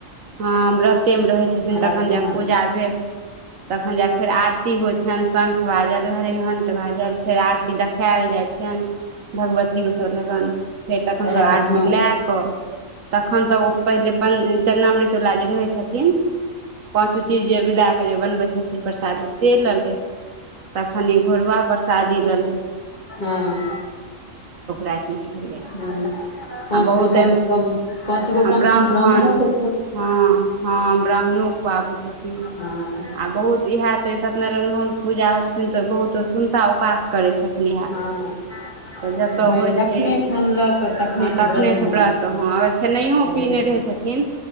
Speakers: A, on the right; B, on the left.
A: ह व्रते मे रहे छथिन,
B: आ रातिमे
A: तखन जाक पूजा भेल तखन जाक फेर आरती होइ छै। छनि शंख बाजल घरी घंट बाजल फेर आरती देखायल जाइ छनि। भगवतियो सभ लगन फेर तखन सभ
B: रातिमे
A: आरती लए कऽ तखन सभ ओ। पहिले पन चन्ना मृतवला जे रहै छथिन पाँचो चीज जे मिला कऽ जे बनबै छथिन प्रसादी से लऽ ले। तखनि ई घोरुआ प्रसादी ले ले था।
B: हँ।
A: रातिमे खेलथि
B: हू, पाँच
A: आ बहुत
B: गो कम
A: एहन
B: से कम। पाँच गो कम
A: ब्राह्मण
B: से कम ब्राह्मणो कऽ।
A: हँ, हँ, ब्राह्मणों खुआबै छथिन,
B: हँ
A: आ बहुत इहा तै सत्यनारायण भगवानके पूजा होइ छथिन तऽ बहुत सुनता उपास करै छथिन इहा।
B: हँ
A: तऽ जतय
B: तऽ भरि
A: होइत
B: जखने
A: छै,
B: सुनलक तखनेसँ
A: हँ, तखने
B: व्रतमे
A: सँ व्रत हँ अगर खेनहियो
B: रहै
A: पीने रहैत छथिन। इन।